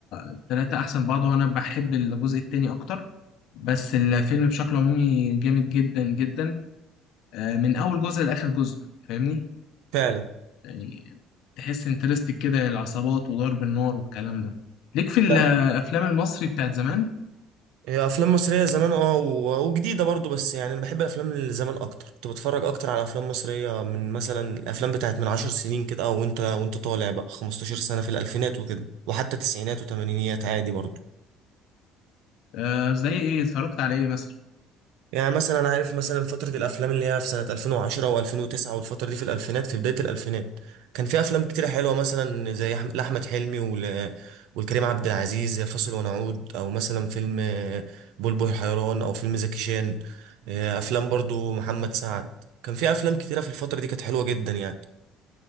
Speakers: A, on the left; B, on the right.
A: التلاتة أحسن بعض وأنا بحب الجزء التاني أكتر بس الفيلم بشكل عمومي جامد جدا جدا آه، من أول جزء لآخر جزء فاهمني
B: فعلا
A: يعني تحس انترستك كده العصابات وضرب النار والكلام ده ليك في
B: لا
A: الأفلام المصري بتاعت زمان
B: إيه، أفلام مصرية زمان اه و... وجديدة برضو بس يعني أنا بحب الأفلام اللي زمان أكتر كنت بتفرج أكتر على أفلام مصرية من مثلا الأفلام بتاعت من عشر سنين كده أو وأنت وأنت طالع بقى 15 سنة في الألفينات وكده وحتى تسعينات وتمانينيات عادي برضو
A: آه، زي إيه اتفرجت على إيه مثلا؟
B: يعني مثلا انا عارف مثلا فترة الافلام اللي هي في سنة 2010 و2009 والفترة دي في الالفينات في بداية الالفينات كان في افلام كتيرة حلوة مثلا زي أحم- لاحمد حلمي ول... والكريم عبد العزيز زي فاصل ونعود او مثلا فيلم آه، بلبل حيران او فيلم زكي شان آه، افلام برضو محمد سعد كان في افلام كتيرة في الفترة دي كانت حلوة جدا يعني